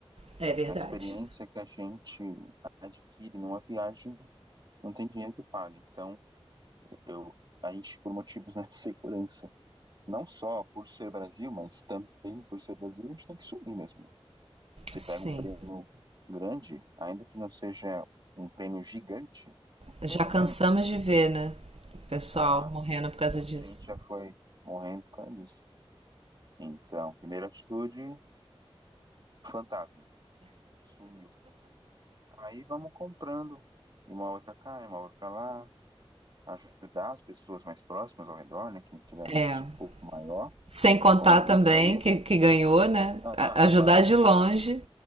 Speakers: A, on the right (about 75°); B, on the right (about 45°).
A: É verdade.
B: A experiência que a gente adquire numa viagem não tem dinheiro que pague. Então, eu, a gente, por motivos né, de segurança, não só por ser Brasil, mas também por ser Brasil, a gente tem que subir mesmo. Né? Você
A: Sim.
B: pega um prêmio grande, ainda que não seja um prêmio gigante, um
A: Já
B: prêmio
A: cansamos
B: grande.
A: de ver, né? O pessoal
B: Ah,
A: morrendo por causa
B: um monte
A: disso.
B: de gente já foi morrendo por causa disso. Então, primeira atitude, fantasma, sumiu. Aí vamos comprando, imóvel para cá, imóvel para lá, ajudar as pessoas mais próximas ao redor, né? Quem tiver
A: É.
B: num sufoco maior,
A: Sem contar
B: como eu
A: também
B: vou sair.
A: que, que ganhou, né?
B: Ah,
A: A- ajudar
B: claro,
A: de longe
B: claro.